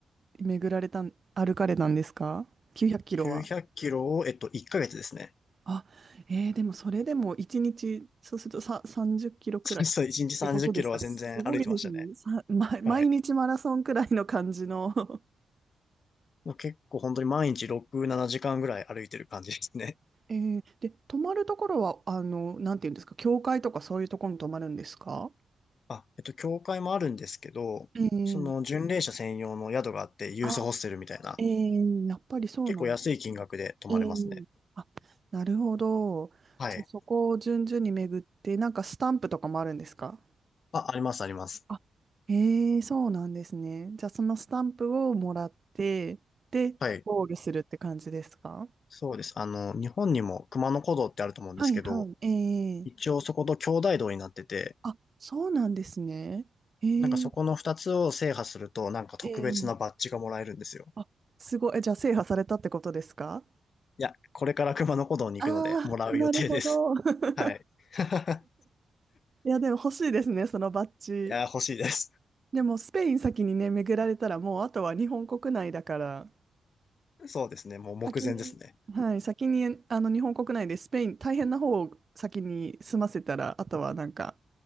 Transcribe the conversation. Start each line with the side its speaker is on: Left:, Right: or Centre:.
Right: 巡られたん、歩かれたんですか ?900 キロは。
Left: 900キロを、えっと、1ヶ月ですね。
Right: あ、えー、でもそれでも1日、そうするとさ、30キロくらいってことですか。
Left: <laughs> そう1日30キロは全然歩いてましたね。
Right: すごいですね。さ、ま、毎日マラソンくらいの感じの
Left: はい。
Right: <laughs>
Left: もう結構本当に毎日6、7時間ぐらい歩いてる感じですね。
Right: えー、で、泊まるところは、あの、なんていうんですか、教会とかそういうところに泊まるんですか
Left: あ、えっと、教会もあるんですけど、
Right: えー、
Left: その巡礼者専用の宿があって、ユースホステルみたいな、
Right: あ、えー、やっぱりそうなんだ。
Left: 結構安い金額で泊まれますね。
Right: えー、なるほど。
Left: はい。
Right: じゃあそこを順々に巡って、なんかスタンプとかもあるんですか
Left: あ、あります、あります。
Right: あへえ、そうなんですね。じゃあ、そのスタンプをもらって、で、
Left: はい。
Right: ゴールするって感じですか
Left: そうです。あの、日本にも熊野古道ってあると思うんですけど、
Right: はいはい。ええ
Left: 一応そこと兄弟道になってて、
Right: あ、そうなんですね。ええ
Left: なんかそこの二つを制覇すると、なんか特別なバッジがもらえるんですよ。
Right: ええあ、すごい。えじゃあ、制覇されたってことですか
Left: いや、これから熊野古道に行くので、
Right: ああー、
Left: もらう予定です。
Right: なるほど。<laughs>
Left: はい。<laughs>
Right: いや、でも欲しいですね、そのバッジ。
Left: いや、欲しいです。
Right: でも、スペイン先にね、巡られたら、もう、あとは日本国内だから、
Left: そうですね。もう目前ですね。
Right: 先に、はい、先に、あの、日本国内でスペイン、大変な方を先に済ませたら、あとはなんか、